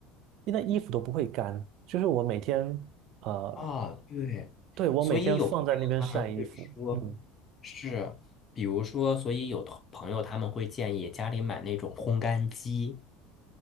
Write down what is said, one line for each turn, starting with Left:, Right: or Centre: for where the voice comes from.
Right: 那衣服都不会干，就是我每天呃，
Left: 啊，对，
Right: 对，我每天放在那边晒衣服。
Left: 所以有朋友他们会说，
Right: 嗯，
Left: 是，比如说，所以有同朋友他们会建议家里买那种烘干机，